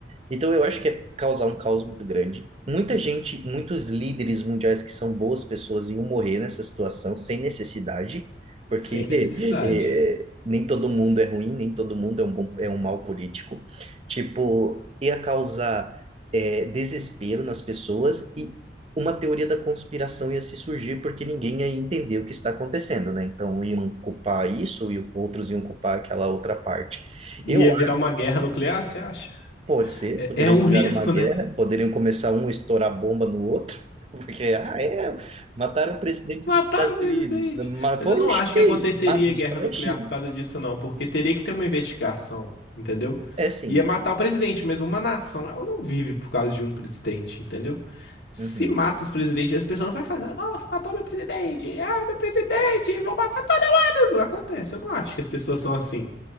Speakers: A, on the right; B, on the left.
A: Então eu acho que é causar um caos muito grande. Muita gente, muitos líderes mundiais que são boas pessoas iam morrer nessa situação sem necessidade, porque
B: Sem
A: <laughs>
B: necessidade.
A: eh, nem todo mundo é ruim, nem todo mundo é um bom, é um mau político. Tipo, ia causar eh, desespero nas pessoas e uma teoria da conspiração ia se surgir porque ninguém ia entender o que está acontecendo, né? Então iam culpar isso e outros iam culpar aquela outra parte. Eu
B: Ia virar uma guerra nuclear, você acha?
A: Pode ser,
B: É,
A: poderia
B: é um
A: virar
B: risco,
A: uma guerra,
B: né?
A: poderiam começar um a estourar bomba no outro, <laughs> porque, ah, é, mataram o presidente
B: Mataram
A: dos Estados
B: o presidente.
A: Unidos, mas
B: Mas
A: foi
B: eu não
A: o chinês,
B: acho que aconteceria
A: ah, destrói
B: guerra nuclear
A: a China.
B: por causa disso, não, porque teria que ter uma investigação, entendeu?
A: É sim,
B: Ia matar o presidente, mas uma nação, ela não vive por causa de um presidente, entendeu? Se
A: uhum.
B: mata os presidentes, as pessoas não vai fazer, nossa, matou meu presidente, ah, meu presidente, vou matar todo mundo. Não acontece, eu não acho que as pessoas são assim.